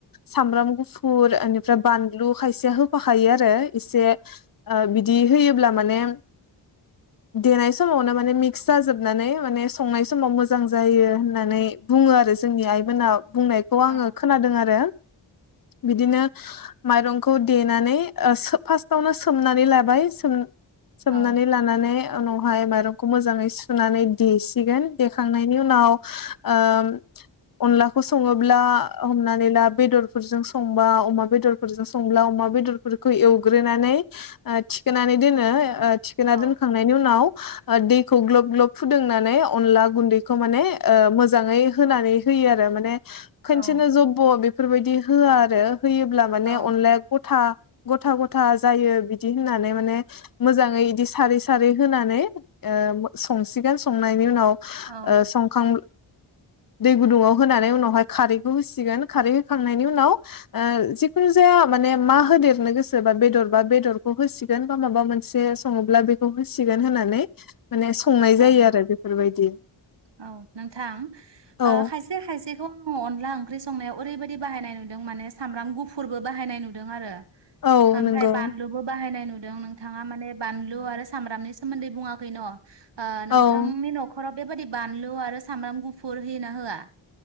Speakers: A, on the left; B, on the right.
A: सामब्राम गुफुर ओनिफ्राय बानलु खायसेया होफाखायो आर रो इसे ओ बिदि होयोब्ला माने देनाय समावनो माने मिक्स जाजोबनानै माने संनाय समाव मोजां जायो होननानै बुङो आरो जोंनि आइमोना बुंनाय खौ
B: औ
A: आङो खोनादों आरो बिदिनो माइरंखौ देनानै ओ सो फासतावनो सोमनानै लाबाय सोम सोमनानै
B: औ
A: लानानै उनावहाय माइरंखौ मोजाङै सुनानै देसिगोन देखांनायनि उनाव ओम अनलाखौ सङोब्ला हमनानै ला बेदरफोरजों संबा अमा बेदर फोरजों संब्ला अमा बेदर खो एवग्रोनानै ओ थिखोनानै दोनो ओ थिखोना
B: औ
A: दोनखांनायनि उनाव ओ दैखौ ग्ल'ब ग्ल'ब फुदुंनानै अनला गुन्दैखौ माने ओ मोजाङै होनानै होयो आरो माने
B: औ
A: खोनसेनो जब्ब' बेफोरबायदि होआ आरो होयोब्ला माने
B: औ
A: अनलाया गथा गथा गथा जायो बिदि होननानै माने मोजाङै इदि सारैस सारै होनानै ओ मो संसिगोन संनायनि उनाव ओ
B: औ
A: संखां दै गुदुङाव होनानै उनावहाय खारैखौ होसिगोन खारै होखांनायनि उनाव ओ जिखुनु जाया माने मा होदेर संनो गोसोबा बेदर बा बेदरखौ होसिगोन बा माबा मोनसे सङोब्ला बेखौ होसिगोन होनानै माने संनाय जायो
B: औ
A: आरो बेफोरबायदि
B: औ नोंथां
A: औ
B: ओ खायस से खायसेखौ आं अनला ओंख्रि संनायाव ओरैबायदि बाहायनाय नुदों माने सामब्राम गुफुरबो बाहायनाय नुदों आरो
A: औ
B: ओमफ्राय
A: नंगौ
B: बानलुबो बाहायनाय नुदों नोंथाङा माने बानलु आरो सामब्रामनि सोमोन्दै बुङाखै न ओ
A: औ
B: नोंथांनि न'खराव बेबादि बानलु आरो सामब्राम गुफुर होयो ना होआ।